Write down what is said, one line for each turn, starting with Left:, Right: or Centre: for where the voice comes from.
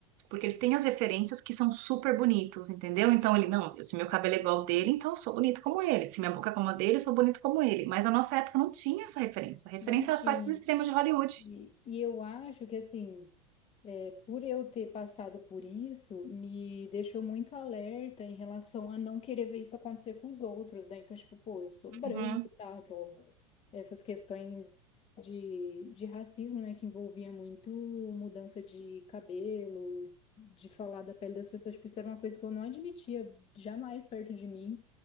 Right: Porque ele tem as referências que são super bonitos, entendeu? Então ele, não, se meu cabelo é igual ao dele, então eu sou bonito como ele. Se minha boca é como a dele, eu sou bonito como ele. Mas na nossa época não tinha essa referência. A referência
Left: Não tinha.
Right: era só esses extremos de Hollywood.
Left: E, e eu acho que, assim. é, por eu ter passado por isso, me deixou muito alerta em relação a não querer ver isso acontecer com os outros, né? Então, tipo, pô, eu sou branca
Right: Uhum,
Left: e tal, então, essas questões de, de racismo, né, que envolvia muito mudança de cabelo, de falar da pele das pessoas, tipo, isso era uma coisa que eu não admitia jamais perto de mim.